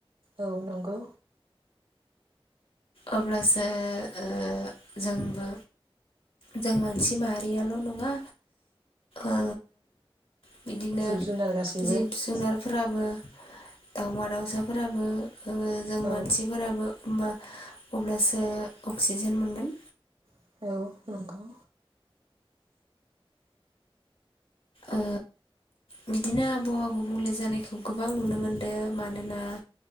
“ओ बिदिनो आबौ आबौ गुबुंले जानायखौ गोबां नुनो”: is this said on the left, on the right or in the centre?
Left